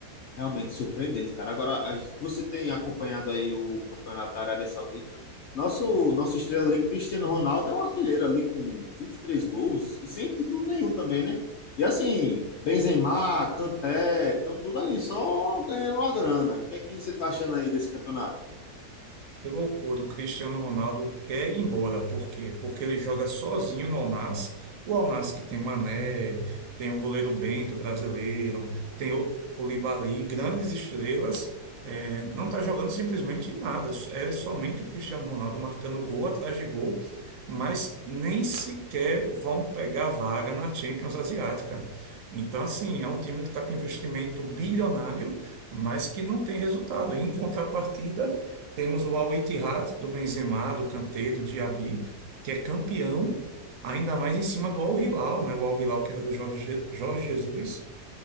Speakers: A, on the left; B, on the right.
A: Realmente surpreendente, cara. Agora, a gente- você tem acompanhado aí o campeonato da Arábia Saudita? Nosso, nosso estrela ali, Cristiano Ronaldo, é um artilheiro ali com 23 gols e sem título nenhum também, né? E assim, Benzema, Kanté, estão tudo ali só ganhando uma grana. O que é que você tá achando aí desse campeonato?
B: Que loucura, o Cristiano Ronaldo quer ir embora. Por quê? Porque ele joga sozinho no Al Nassr. O Al Nassr que tem Mané, tem o goleiro Bento brasileiro, tem o Koulibaly, grandes estrelas, é não está jogando simplesmente nada. É somente o Cristiano Ronaldo marcando gol atrás de gol, mas nem sequer vão pegar vaga na Champions Asiática. Então, assim, é um time que está com investimento bilionário, mas que não tem resultado. E, em contrapartida. Temos o Al-Ittihad do Benzema, do Kanté, do Diaby, que é campeão, ainda mais em cima do Al-Hilal, né? O Al-Hilal que era do Jorge, Je- Jorge Jesus,